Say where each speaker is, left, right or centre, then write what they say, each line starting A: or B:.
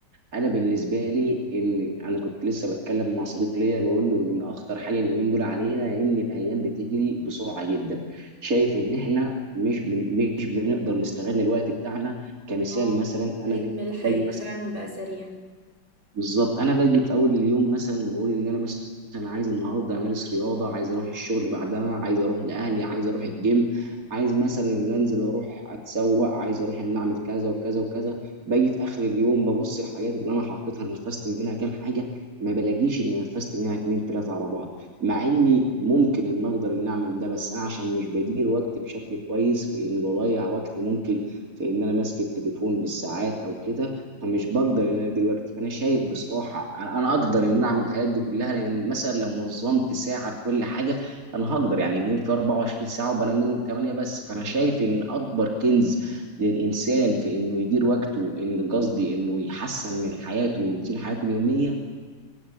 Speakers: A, on the right; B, on the right.
A: انا بالنسبه لي ان انا كنت لسه بتكلم مع صديق ليا بقول له ان اخطر حاجه اليومين دول علينا ان الايام بتجري بسرعه جدا شايف ان احنا مش بن... مش بنقدر نستغل الوقت بتاعنا كمثال
B: اه
A: مثلا انا
B: رتم
A: باجي
B: الحياة
A: باجي مثلا
B: فعلا بقى سريع
A: بالظبط انا باجي في اول اليوم مثلا وبقول ان انا مثلا عايز النهارده امارس رياضه عايز اروح الشغل بعدها عايز اروح لاهلي عايز اروح الجيم عايز مثلا ان انزل اروح اتسوق عايز اروح ان اعمل كذا وكذا وكذا باجي في اخر اليوم ببص الحاجات اللي انا حطيتها نفذت منها كام حاجه ما بلاقيش ان نفذت منها اتنين تلاته على بعض مع اني ممكن ان اقدر ان اعمل ده بس انا عشان مش بدير وقتي بشكل كويس في ان بضيع وقتي ممكن في ان انا ماسك التليفون بالساعات او كده فمش بقدر ان انا دلوقتي فانا شايف بصراحه انا أنا اقدر ان انا اعمل الحاجات دي كلها لان مثلا لو نظمت ساعه لكل حاجه انا هقدر يعني اليوم فيه 24 ساعه وبنام منهم 8 بس فانا شايف ان اكبر كنز للانسان في انه يدير وقته ان قصدي انه يحسن من حياته وروتين حياته اليوميه